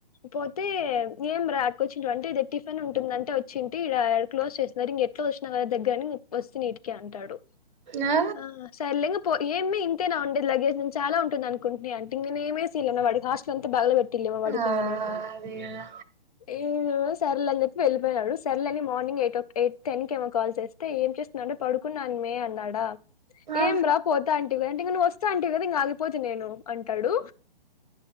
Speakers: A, on the left (about 40°); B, on the right (about 50°).
A: పోతే ఏం రా కోచ్చిర్రు అంటే ఇడ టిఫిన్ ఉంటుంది అంటే వచ్చింటి ఇడ క్లిజ్ చేసిన్నారు ఇంగ ఎట్లో వచ్చిన కదా దగ్గర ఒస్తిని ఇటికి అంటాడు
B: ఆ
A: అ సర్లే పో ఇంగ పో ఏమీ ఇంతేనా ఉండే లగేజ్ నేన్ చాలా ఉంటుంది అకుంటిని అంటే ఇంగ నేను ఏమేసియలే వాడికి హస్టల్ అంతా బాగలకొట్టిళ్లే వాడికింగనిను
B: ఆ అదే కదా
A: ఏ సర్లే అని చెప్పి వెళ్ళలిపోయినాడు సెర్లే అని మార్నింగ్ అయిట్ ఎయిట్ టెన్ కేమొ కాల్ చేస్తే ఏం చేస్తున్నాంవ్ అంటే పడుకున్నామ్మి అన్నాడా
B: ఆ
A: ఏం రా పోతా అంటంటివి కదా అంటే ఇగ నువ్ వస్తా అంటివి కదా ఇంగ ఆగిపోత నేను అంటాడు